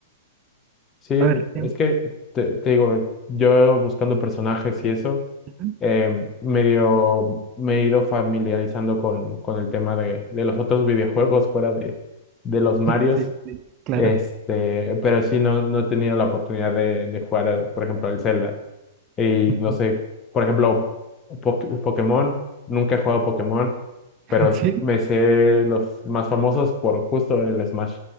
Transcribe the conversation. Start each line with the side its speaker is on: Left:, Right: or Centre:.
Left: Sí,
Right: A ver,
Left: es
Right: em,
Left: que te, te digo, yo buscando personajes y eso,
Right: ujú,
Left: eh, medio me he ido familiarizando con, con el tema de, de los otros videojuegos fuera de, de los Marios,
Right: sí, sí, claro.
Left: este, pero sí no, no he tenido la oportunidad de, de jugar, al- por ejemplo, el Zelda. Y
Right: Ujú,
Left: no sé, por ejemplo, Po- Pokémon, nunca he jugado
Right: ujú.
Left: Pokémon, pero
Right: <laughs> Sí,
Left: me sé los más famosos por justo el Smash.